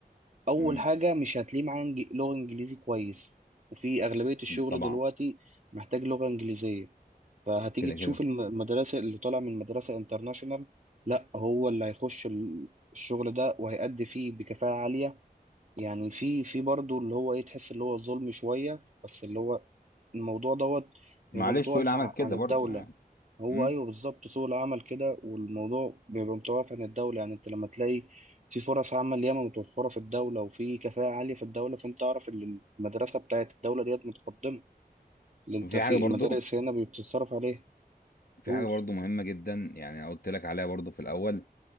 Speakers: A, on the right; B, on the left.
A: اول
B: امم
A: حاجه مش هتلاقيه معاه إنج- لغه انجليزي كويس وفي اغلبيه الشغل
B: طبعا
A: دلوقتي محتاج لغه انجليزيه فهتيجي
B: كده
A: تشوف
B: كده
A: الم- المدرسه اللي طالع من مدرسه انترناشونال لا هو اللي هيخش ال- الشغل ده وهيأدي فيه بكفاءه عاليه يعني في في برضه اللي هو ايه تحس اللي هو ظلم شويه بس اللي هو الموضوع دوت
B: معلش
A: هيبقى متوقف
B: سوق العمل
A: ع-
B: كده
A: عن الدوله
B: برضو يعني
A: هو
B: امم
A: ايوه بالظبط سوق العمل كده والموضوع بيبقى متوقف عن الدوله يعني انت لما تلاقي في فرص عمل ياما متوفره في الدوله وفي كفاءه عاليه في الدوله فانت اعرف ان المدرسه بتاعت الدوله ديت متقدمه اللي انت
B: وفي
A: في
B: حاجه برضو
A: المدارس هنا بتتصرف عليها
B: في
A: قول
B: حاجه برضو مهمه جدا يعني أنا قلت لك عليها برضو في الاول